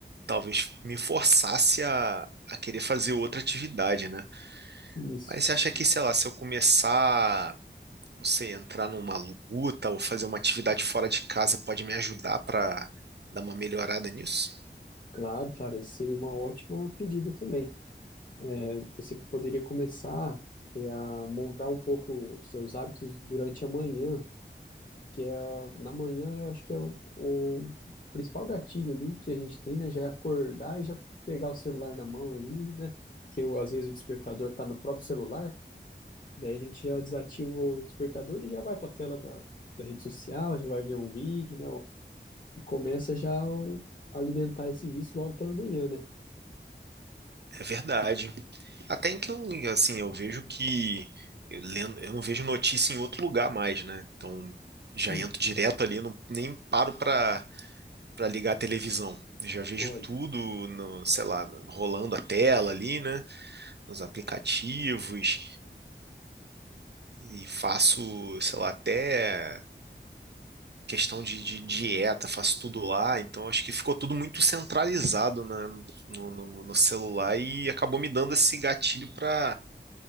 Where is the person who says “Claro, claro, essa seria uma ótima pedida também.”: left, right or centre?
Left